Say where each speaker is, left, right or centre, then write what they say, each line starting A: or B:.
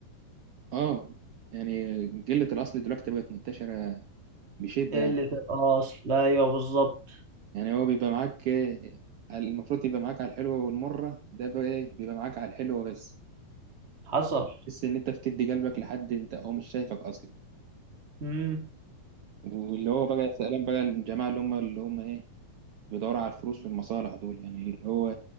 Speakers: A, on the right; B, on the right.
A: اه يعني قلة الأصل دلوقتي بقت منتشرة بشدة
B: قلة
A: يعني
B: الأصل ايوه بالظبط
A: يعني هو بيبقى معاك آه، على- المفروض يبقى معاك على الحلو والمرة ده بقى إيه؟ بيبقى معاك على الحلو بس
B: حصل
A: تحس إن أنت بتدي قلبك لحد أنت هو مش شايفك أصلا
B: امم
A: واللي هو بقى سلام بقى الجماعة اللي هم اللي هم إيه بيدوروا على الفلوس والمصالح دول يعني اللي هو